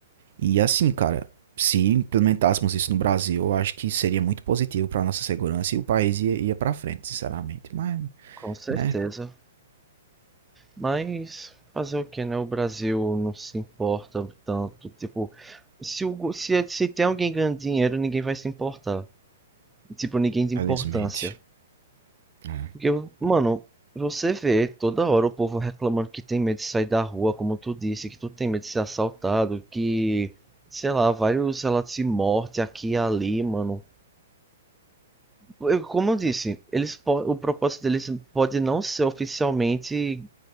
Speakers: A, on the right; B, in the centre.
A: E assim, cara, se implementássemos isso no Brasil, eu acho que seria muito positivo para nossa segurança e o país ia, ia para frente, sinceramente. Mas,
B: com certeza.
A: né,
B: Mas fazer o que, né? O Brasil não se importa tanto. Tipo, se, o, go- se, é, se tem alguém ganhando dinheiro, ninguém vai se importar. Tipo, ninguém de importância.
A: felizmente. É,
B: Porque, mano, você vê toda hora o povo reclamando que tem medo de sair da rua, como tu disse, que tu tem medo de ser assaltado, que, sei lá, vários relatos de morte aqui e ali, mano. Eu- Como eu disse, eles, po- o propósito deles pode não ser oficialmente